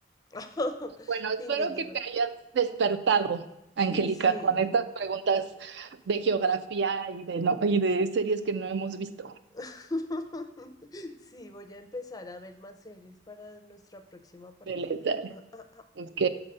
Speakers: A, on the left (about 20°); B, on the right (about 65°).
A: <laughs>
B: Bueno, espero
A: Fin del deporte.
B: que te hayas despertado, Angélica,
A: Sí.
B: con estas preguntas de geografía y de, no, y de series que no hemos visto.
A: <laughs> Sí, voy a empezar a ver más series para nuestra próxima partida.
B: De Lethal.
A: <laughs>
B: Ok,